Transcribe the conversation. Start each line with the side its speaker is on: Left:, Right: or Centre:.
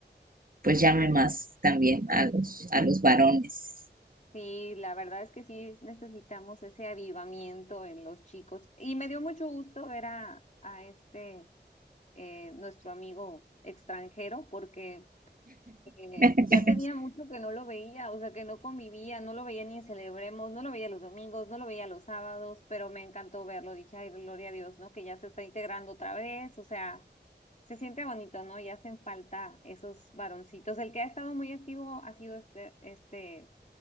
Right: pues llame más también a los, a los varones.
Left: Sí, la verdad es que sí necesitamos ese avivamiento en los chicos. Y me dio mucho gusto ver a, a este, eh, nuestro amigo extranjero, porque eh,
Right: <laughs>
Left: ya tenía mucho que no lo veía, o sea, que no convivía, no lo veía ni en Celebremos, no lo veía los domingos, no lo veía los sábados, pero me encantó verlo. Dije, ay, gloria a Dios, ¿no? Que ya se está integrando otra vez, o sea, se siente bonito, ¿no? Y hacen falta esos varoncitos. El que ha estado muy activo ha sido este, este